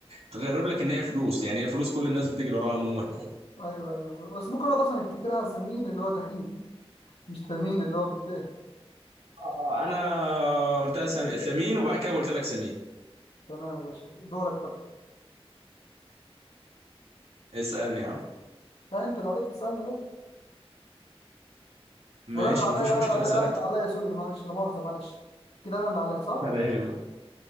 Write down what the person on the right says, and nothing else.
تغرب لك ان هي فلوس يعني هي الفلوس كل الناس بتجري وراها عموما
آه، انا قلتها سم... ثمين وبعد كده قلت لك سمين
اسالني يا عم
ماشي
مفيش
مشكله
اسالك
تاني
ولا يهمك